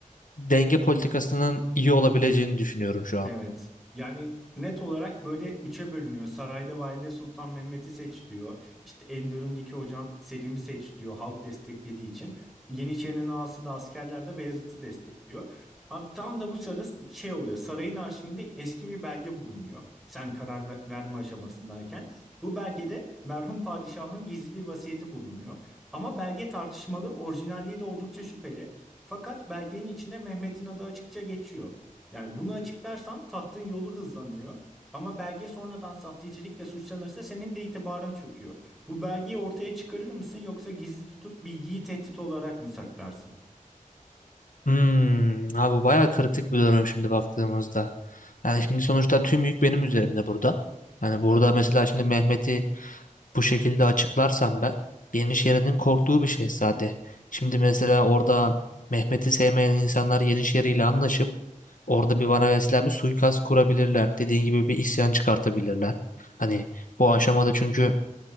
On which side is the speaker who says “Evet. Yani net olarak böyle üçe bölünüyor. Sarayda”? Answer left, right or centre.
Centre